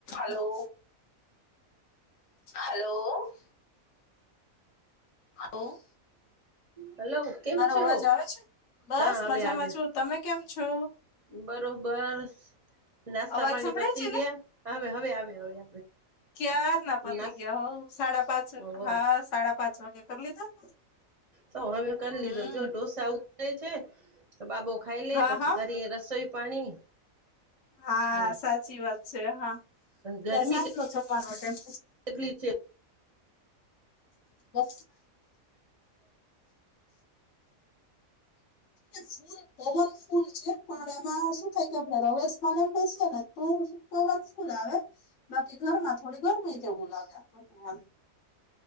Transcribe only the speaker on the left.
હલો. હલો હ
મારો
અવાજ આવે છે? બસ
મજામાં
છો, તમે કેમ છો?
અવાજ
સંભળાય
છે
ક્યારના પતી
ગયા હઉ, સાડા પાંચ
હા સાડા પાંચ વાગે કરી લીધા
હમ
હા
હા
હા
સાચી વાત છે હા,
ત્યાં સાંજ નો જમવાનો ટાઈમ
<unintelligible> ને ફૂલ પવન ફૂલ છે, પણ એમાં શું થાય કે આપડે રવેશમાંનમ બેસીને તો પવન ફુલ આવે, બાકી ઘરમાં થોડી ગરમી જેવું લાગે આપણનેમ